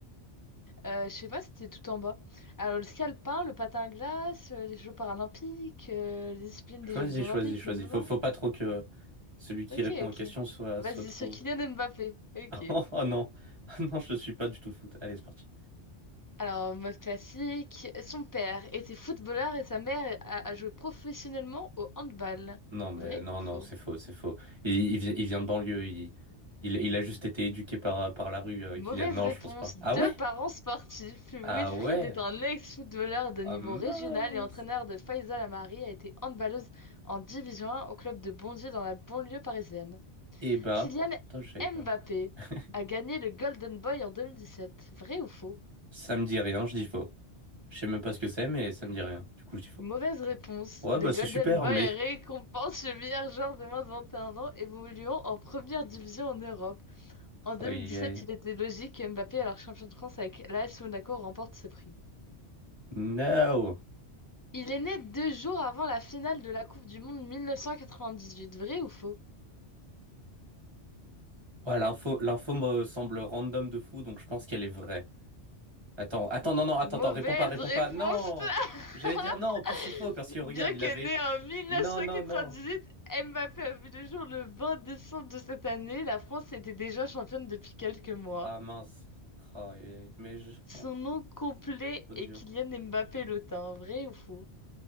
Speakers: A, on the left; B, on the right.
A: euh, je sais pas, c'était tout en bas. Alors, le ski alpin, le patin à glace, euh, les Jeux paralympiques, euh, les disciplines
B: Choisis,
A: des Jeux olympiques,
B: choisis, choisis.
A: le MMA.
B: Faut, faut pas trop que celui qui
A: Ok,
B: répond
A: ok.
B: aux questions soit,
A: Vas-y,
B: soit trop.
A: sur Kylian Mbappé. Ok.
B: <laughs> Oh oh non, <laughs> non, je suis pas du tout foot. Allez, c'est parti.
A: Alors, en mode classique, son père était footballeur et sa mère a, a joué professionnellement au handball.
B: Non, mais
A: Vrai
B: non,
A: ou faux?
B: non, c'est faux, c'est faux. Il, il, vi- il vient de banlieue. Il, il, il a juste été éduqué par, par la rue, euh,
A: Mauvaise
B: Kylian. Non,
A: réponse.
B: je pense pas.
A: Deux
B: Ah ouais?
A: parents sportifs. Wilfried
B: Ah ouais?
A: est un ex-footballeur de
B: Ah
A: niveau
B: mince.
A: régional et entraîneur de Faisal Amari a été handballeuse en Division 1 au club de Bondy dans la banlieue parisienne.
B: Eh bah,
A: Kylian
B: putain, je savais pas.
A: Mbappé
B: <laughs>
A: a gagné le Golden Boy en 2017. Vrai ou faux?
B: Ça me dit rien, je dis faux. Je sais même pas ce que c'est, mais ça me dit rien. Du coup, je dis faux.
A: Mauvaise réponse.
B: Ouais,
A: Le
B: bah
A: Golden
B: c'est super,
A: Boy
B: mais.
A: récompense le meilleur joueur de moins de 21 ans évoluant en première division en Europe. En 2017,
B: Aïe, aïe.
A: il était logique que Mbappé, alors champion de France avec l'AS Monaco, remporte ce prix.
B: No!
A: Il est né deux jours avant la finale de la Coupe du Monde 1998. Vrai ou faux?
B: Ouais, l'info, l'info me semble random de fou, donc je pense qu'elle est vraie. Attends, attends, non, non, attends,
A: Mauvaise
B: attends, réponds pas, réponds
A: réponse!
B: pas. Non!
A: <laughs>
B: J'allais dire non, en plus c'est faux, parce que regarde,
A: Bien
B: il
A: que
B: avait...
A: né en 1998,
B: Non, non, non.
A: Mbappé a vu le jour le 20 décembre de cette année, la France était déjà championne depuis quelques mois.
B: Ah mince. Ah, aïe, aïe, aïe. mais je...
A: Son
B: oh,
A: nom complet
B: trop
A: est
B: dur.
A: Kylian Mbappé Lotin. Vrai ou faux?